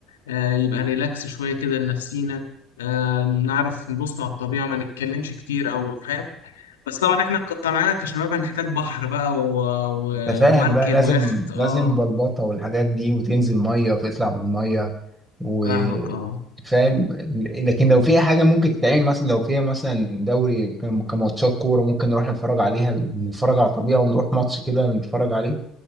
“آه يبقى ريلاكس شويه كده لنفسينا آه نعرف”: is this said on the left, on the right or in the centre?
Left